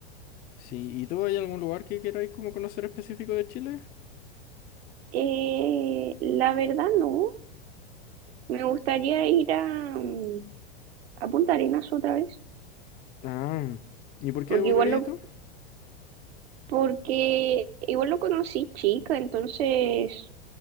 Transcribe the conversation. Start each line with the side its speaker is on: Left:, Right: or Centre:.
Left: Sí, ¿y tú hay algún lugar que queráis como conocer específico de Chile?
Right: eh, la verdad no, me gustaría ir a, mm, a Punta Arenas otra vez,
Left: Ah, ¿y por qué
Right: porque
Left: volverías
Right: igual lo,
Left: tú?
Right: porque igual lo conocí chica, entonces,